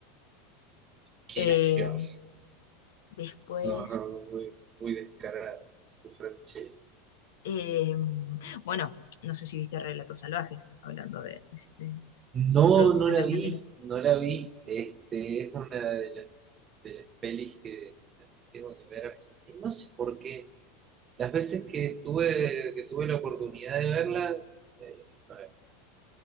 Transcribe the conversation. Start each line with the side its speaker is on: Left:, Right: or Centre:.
Right: qué
Left: Eh,
Right: gracioso.
Left: después,
Right: No, no, no, muy, muy descarado. Qué franchella.
Left: eh, bueno, no sé si viste Relatos Salvajes, hablando de, de- de
Right: No,
Left: producciones
Right: no la
Left: argentinas.
Right: vi, no la vi. Este, es una de las, de las pelis que, que también tengo que ver Argentina. No sé por qué. Las veces que estuve, que tuve la oportunidad de verla, eh, no la vi.